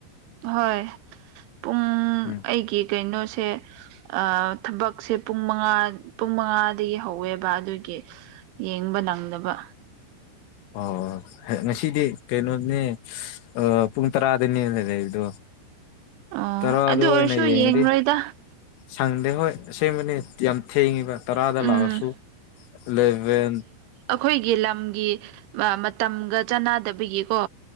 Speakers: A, on the right; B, on the left.
A: ꯍꯣꯏ ꯄꯨꯡ
B: ꯎꯝ
A: ꯑꯩꯒꯤ ꯀꯩꯅꯣꯁꯦ ꯑ ꯊꯕꯛꯁꯦ ꯄꯨꯡ ꯃꯉꯥ ꯄꯨꯡ ꯃꯉꯥꯗꯒꯤ ꯍꯧꯋꯦꯕ ꯑꯗꯨꯒꯤ ꯌꯦꯡꯕ ꯅꯪꯗꯕ
B: ꯑꯣ ꯑꯣ ꯉꯁꯤꯗꯤ ꯀꯩꯅꯣꯅꯦ ꯑꯥ ꯄꯨꯡ ꯇꯔꯥꯗꯩꯅꯦꯅ‌ꯦ ꯂꯩꯕꯗꯣ
A: ꯑꯣ
B: ꯇꯔꯥ
A: ꯑꯗꯨ
B: ꯗ‌ꯣ
A: ꯑꯣꯏꯔꯁꯨ
B: ꯑꯣꯏꯅ ꯌꯦꯡꯉꯗꯤ
A: ꯌꯦꯡꯔꯣꯏꯗ
B: ꯁꯪꯗꯦ ꯍꯣꯏ ꯑꯁꯦꯡꯕꯅꯦ ꯌꯥꯝ ꯊꯦꯡꯉꯤꯕ ꯇꯔꯥꯗ
A: ꯎꯝ
B: ꯂꯥꯛꯑꯁꯨ ꯏꯂꯥꯚꯦꯟ
A: ꯑꯈꯣꯏꯒꯤ ꯂꯝꯒꯤ ꯑ ꯃꯇꯝꯒ ꯆꯥꯟꯅꯗꯕꯒꯤꯀꯣ